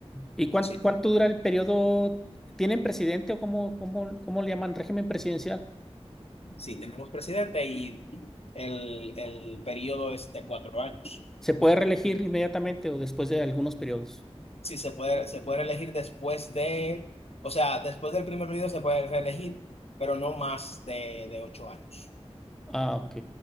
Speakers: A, in the centre; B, on the left.
A: ¿Y cuánto,
B: Sí,
A: cuánto dura el periodo? ¿Tienen presidente o cómo, cómo, cómo le llaman régimen presidencial?
B: sí, tenemos presidente y el, el periodo es de cuatro años.
A: ¿Se puede reelegir inmediatamente o después de algunos periodos?
B: Sí, se puede, se puede elegir después de, o sea, después del primer periodo se puede reelegir, pero no más de, de ocho años.
A: Ah, ok.